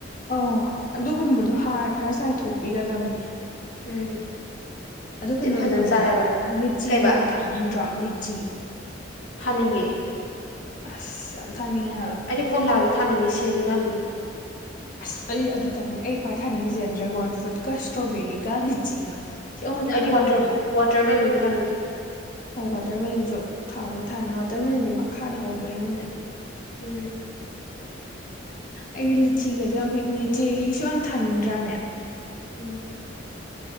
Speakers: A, on the left; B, on the left.
A: ꯑꯧ ꯑꯗꯨꯒꯨꯝꯕꯗꯣ ꯍꯥꯔ ꯈꯔ ꯆꯥꯏꯊꯣꯛꯄꯤꯒꯗꯕꯅꯦ
B: ꯎꯝ
A: ꯑꯗꯨ ꯀꯩꯅꯣꯗꯣ
B: ꯇꯤꯟ ꯐꯖꯅ
A: ꯈꯪꯕ꯭ꯔꯥ
B: ꯆꯥꯏ ꯍꯥꯏꯕ
A: ꯂꯤꯆꯤ
B: ꯀꯩꯕꯥ
A: ꯌꯥꯝ ꯊꯥꯅꯤꯡꯗ꯭ꯔꯣ ꯂꯤꯆꯤ
B: ꯊꯥꯅꯤꯡꯉꯦ
A: ꯑꯁ ꯌꯥꯝ ꯇꯥꯅꯤꯡꯉꯦ ꯍꯥꯢꯕ
B: ꯑꯩꯗꯤ ꯀꯣꯝꯂꯥꯖꯨ ꯊꯥꯅꯤꯡꯉꯦ ꯁꯦꯝꯖꯨ ꯊꯥꯅꯤꯡꯉꯦ
A: ꯑꯁ ꯑꯩ ꯑꯗꯨꯇꯪꯗꯤ ꯑꯩ ꯈ꯭ꯋꯥꯏ ꯊꯥꯅꯤꯡꯉꯤꯁꯦ ꯗ꯭ꯔꯦꯒꯣꯟ ꯐ꯭ꯔꯨꯠꯀ ꯏꯁꯇ꯭ꯔꯣꯕꯦꯔꯤꯒ ꯂꯤꯆꯤꯒ ꯁꯤ ꯑꯍꯨꯝꯁꯦ
B: ꯑꯩꯗꯤ
A: ꯌꯥꯝ ꯄꯥꯝꯃꯦ
B: ꯋꯥꯇꯔ
A: ꯍꯥꯏꯕ
B: ꯋꯥꯇꯔ ꯃꯦꯂꯣꯟꯁꯨ ꯊꯥꯅꯤꯡꯉꯦ
A: ꯑꯧ ꯋꯥꯇꯔ ꯃꯦꯂꯣꯟꯁꯨ ꯊꯥꯕꯨꯗꯤ ꯊꯥꯅꯤꯡꯉꯤ ꯋꯥꯇꯔ ꯃꯦꯂꯣꯟꯗꯤ ꯃꯈꯥꯗ ꯍꯧꯕꯅꯤꯅꯅꯦ
B: ꯎꯝ
A: ꯑꯩꯗꯤ ꯂꯤꯆꯤꯒꯗꯣ ꯌꯥꯝ ꯍꯦꯛꯅꯤꯡꯉꯦ ꯆꯦꯔꯤꯁꯨ ꯌꯥꯝ ꯊꯥꯅꯤꯡꯗ꯭ꯔꯥꯅꯦ
B: ꯎꯝ